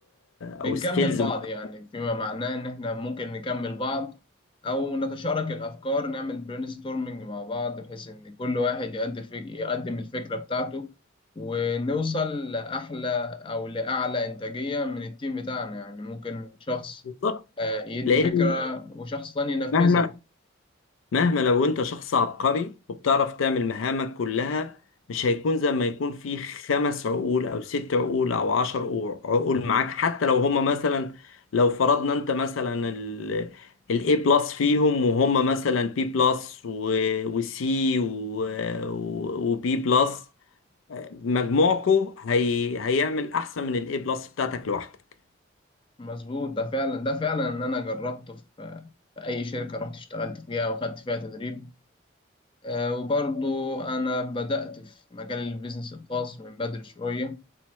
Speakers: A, on the left; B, on the left.
A: او
B: بنكمل
A: سكيلز
B: بعض
A: معينة.
B: يعني فيما معناه إن إحنا ممكن نكمل بعض أو نتشارك الأفكار نعمل برين ستورمنج مع بعض بحيث إن كل واحد يقدم يقدم الفكرة بتاعته ونوصل لأحلى أو لأعلى إنتاجية من التيم بتاعنا يعني ممكن شخص
A: بالظبط
B: آه، يدي
A: لان
B: فكرة وشخص تاني ينفذها
A: مهما مهما لو انت شخص عبقري وبتعرف تعمل مهامك كلها مش هيكون زي ما يكون في خمس عقول او ست عقول او عشر عقو- عقول معاك حتى لو هما مثلا لو فرضنا انت مثلا ال الاي بلس فيهم وهم مثلا بي بلس وسي وبي بلس مجموعكو هي هيعمل احسن من الاي بلس بتاعتك لوحدك
B: مظبوط ده فعلا ده فعلا إن أنا جربته في في أي شركة رحت اشتغلت فيها وخدت فيها تدريب آه، وبرضو أنا بدأت في مجال البيزنس الخاص من بدري شوية